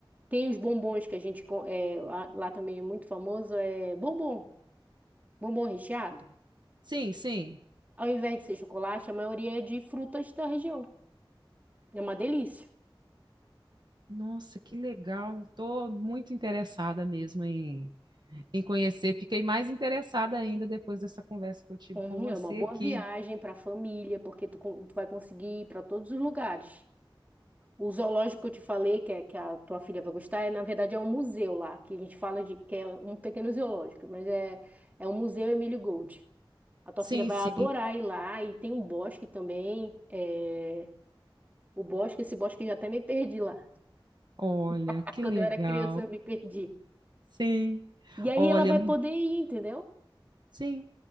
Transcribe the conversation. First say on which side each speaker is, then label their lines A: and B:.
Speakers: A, on the right; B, on the right.
A: Tem os bombons que a gente... co- É, lá, lá também é muito famoso, é bombom. Bombom recheado,
B: sim, sim.
A: ao invés de ser chocolate, a maioria é de frutas da região. É uma delícia.
B: Nossa, que legal. Tô muito interessada mesmo em, em conhecer. Fiquei mais interessada ainda depois dessa conversa que eu tive
A: Uhum,
B: com você
A: é uma boa
B: aqui.
A: viagem para a família, porque tu, con- tu vai conseguir ir para todos os lugares. O zoológico que eu te falei, que, é, que a tua filha vai gostar, é, na verdade é um museu lá, que a gente fala de que é um pequeno zoológico, mas é, é um museu Emílio Gold. A tua
B: Sim,
A: filha vai
B: sim.
A: adorar ir lá e tem um bosque também. é, o bosque, esse bosque eu já até me perdi lá.
B: Olha,
A: <laughs>
B: que
A: Quando
B: legal.
A: eu era criança, eu me perdi.
B: Sim.
A: E aí
B: Olha,
A: ela vai
B: mu-
A: poder ir, entendeu?
B: sim.